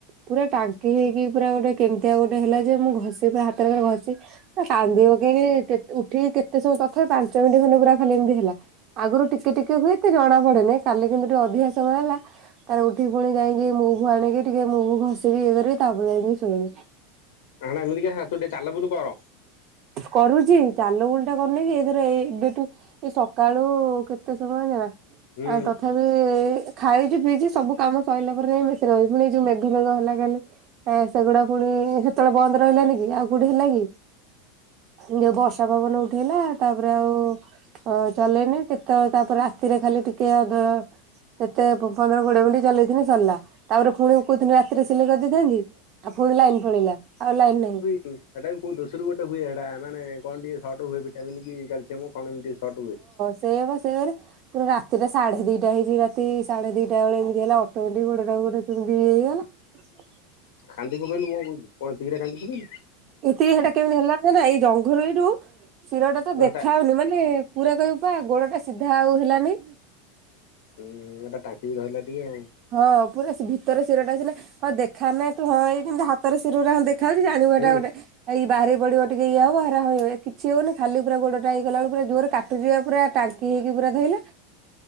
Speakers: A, on the right; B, on the left.
A: ପୁରା ଟାଙ୍କି ହେଇକି ପୁରା ଗୋଟେ କେମିତିଆଉ ଗୋଟେ ହେଲା ଯେ ମୁଁ ଘଷି ପୁର ହାତରେ ଘଷି କାନ୍ଦି ପକେଇଲି କେତ୍ ଉଠିକି କେତେ ସମୟ ତଥାପି ପାଞ୍ଚ ମିନିଟ ଖାନେ ପୁରା ଖାଲି ଏମିତି ହେଲା। ଆଗରୁ ଟିକେ ଟିକେ ହୁଏ ଏତେ ଜଣା ପଡେନି କାଲି କିନ୍ତୁ ଟିକେ ଅଧିକା ସମୟ ହେଲା। ତାପରେ ଉଠି ପୁଣି ଯାଇକି ମୁଭ୍ ଆଣିକି ଟିକେ ମୁଭ୍ ଘସିକି ଇଏ କରିକି ତାପରେ ଯାଇକି ଶୋଇଲି।
B: ଆଣ ଏମିତି କିସ ତୁ ଟିକେ ଚାଲ ବୁଲୁ କର।
A: କରୁଛି ଚାଲ ବୁଲ ଟା କରୁନେଇ କି ଏଇଥର ଏ ଏବେଠୁ। ଏଇ ସକାଳୁ କେତେ ସମୟ ଯାଣିଛନା?
B: ହୁଁ।
A: ଆ ତଥାପି ଏ ଖାଇଛି ପିଇଛି ସବୁ କାମ ସରିଲା ପରେ ଯାଇଁ କି <unintelligible> ପୁଣି ଏ ଯୋଉ ମେଘ ପେଘ ହେଲା କାଲି। ଏ ସେଗୁଡା ପୁଣି ହେତେବେଳ ବନ୍ଦ ରହିଲାନି କି ଆଉ କୋଉଠି ହେଲା କି। ଯୋଉ ବର୍ଷା ପବନ ଉଠେଇଲା ତାପରେ ଆଉ ଅ ଚଲେଇନି କେତେବେଳ ତାପରେ ରାତିରେ ଖାଲି ଟିକେ ଅଧ କେତେ ପନ୍ଦର କୋଡିଏ ମିନିଟ ଚଲେଇିନି ସରିଲା ତାପରେ ପୁଣି କହୁିନି ରାତିରେ ସିଲେଇ କରିଦେଇଥାନ୍ତି। ଆଉ ଫୁଣି ଲାଇନ୍ ପଳେଇିଲା ଆଉ ଲାଇନ୍ ନାହିଁ।
B: ହୁଁ ହେଟା ବି କୋଉ ଦୋଷରୁ ଗୋଟେ ହୁଏ ହେଟା ମାନେ କଣ ଟିକିଏ ସଟ୍ ହୁଏ ଭିଟାମନ୍ କି କ୍ୟାଲ୍ସିୟମ୍। କଣ ଏମିତି ସର୍ଟ ହୁଏ।
A: ସେୟା ପା ସେୟା କରେ। ପୁରା ରାତିଟା ସାଢେ ଦିଟା ହେଇଛି ରାତି ସାଢେ ଦିଟା ବେଳେ ଏମିତି ହେଲା ଅଟୋମେଟିକ୍ ଗୋଡ଼ଟା ଗୋଟେ କେମିତି ଇଏ ହେଇଗଲା। ହ <inaudible> <unintelligible>
B: କାନ୍ଦି ପକେଇଲୁ କଣ କହୁଚୁ, କଣ ଏତିକିରେ କାନ୍ଦି ପକେଇଲୁ?
A: ଏତିକି ସେଇଟା କେମିତି ହେଲା କହନା ଏଇ ଜଙ୍ଘରୁ ଏଇଠୁ ଶିରଟା ତ ଦେଖା
B: ଏଟା
A: ହଉନି ମାନେ ପୁରା କହିବୁ ପା ଗୋଡ ଟା ସିଧା ଆଉ ହେଲାନି।
B: ହୁଁ ଏଟା ଟାଙ୍କିକି ଧଇଲା ଟିକେ ଆଉ।
A: ହଁ ପୁରା ସେ ଭିତର ଶିରଟା ହଁ ଦେଖାନା ତୁ ହଁ ଏମିତି ହାତର ଶିର ଦେଖ ଖାଲି ଜାଣିବାଟା
B: ହୁଁ
A: ଗୋଟେ ଏଇ ବାହାରି ପଡିବ ଟିକେ ଇ ହବ ହରା ହଇ କିଛି ହଉନି ଖାଲି ପୁରା ଗୋଡଟା ହେଇଗଲା ବଳ ପୁରା କାଟୁଛି ଜୋରେ କାଟୁଛି ପୁରା। କି ହେଇକି ପୁରା ଧଇଲା